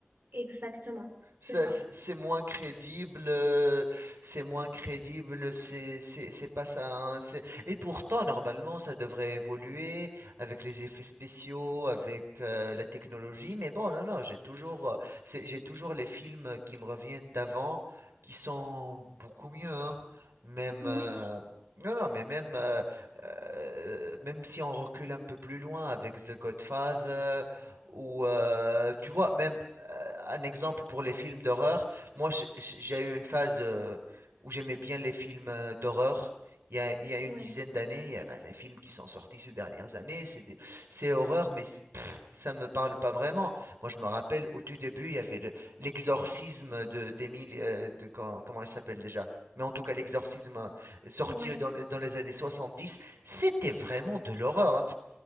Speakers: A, on the right (about 60°); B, on the right (about 85°).
A: Exactement, c'est
B: Ça,
A: ça.
B: C'est c'est moins crédible, euh, c'est moins crédible, c'est c'est- c'est pas ça. hein, c'est- Et pourtant, normalement, ça devrait évoluer avec les effets spéciaux, avec euh, la technologie. Mais bon, non, non, j'ai toujours, euh, c'est- j'ai toujours les films qui me reviennent d'avant qui sont beaucoup mieux. hein. Même,
A: Oui,
B: euh, non, non, mais même, euh, euh, même si on recule un peu plus loin avec The Godfather, ou euh, tu vois, même euh, un exemple pour les films d'horreur, moi j- j- j'ai eu une phase euh, où j'aimais bien les films euh, d'horreur. Il y a, il y a une
A: oui,
B: dizaine d'années, il y a, bah, les films qui sont sortis ces dernières années, c'est des- c'est horreur, mais c'est- pff, ça me parle pas vraiment. Moi, je me rappelle au tout début, il y avait le- l'exorcisme de d'Émile, euh, de, comment, comment elle s'appelle déjà? Mais en tout cas, l'exorcisme euh, sorti
A: ouais.
B: dans, dans les années 70. C'était vraiment de l'horreur, hein.